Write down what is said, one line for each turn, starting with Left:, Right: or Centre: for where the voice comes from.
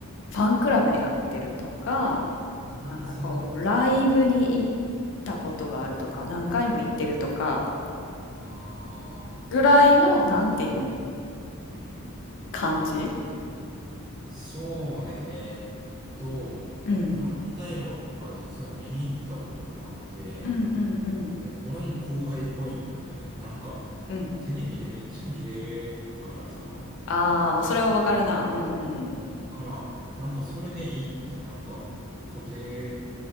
Left: ファンクラブに入ってるとか、
Right: ああ、
Left: なんかこう、
Right: そういうこと。
Left: ライブに行ったことがあるとか、何回も行ってるとか、
Right: ああ。
Left: ぐらいの、なんていうん、
Right: うん。
Left: 感じ
Right: そうね、えーっと、
Left: うん。
Right: 漫才は実は見に行ったことがなくて、
Left: うんうんうん。
Right: で、これも公開ポイントなんやけど、なんか、
Left: うん。
Right: テレビでめっちゃ見れるからさ、
Left: ああ、まあ、それはわかるな。うんうん。
Right: うん、から、なんかそれでいいってなんか固定